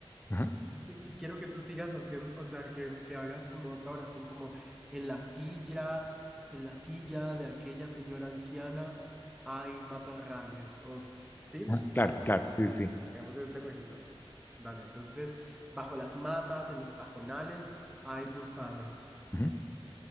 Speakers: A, on the left; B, in the centre.
A: Ajá.
B: Y, que- y quiero que tú sigas haciendo, o sea, que, que hagas como otra oración, como en la silla, en la silla de aquella señora anciana hay matorrales, o, ¿sí?
A: ajá, Claro, claro, sí, sí. sí,
B: Hagamos este jueguito. Dale, entonces, bajo las matas, en los pajonales, hay gusanos.
A: ujú.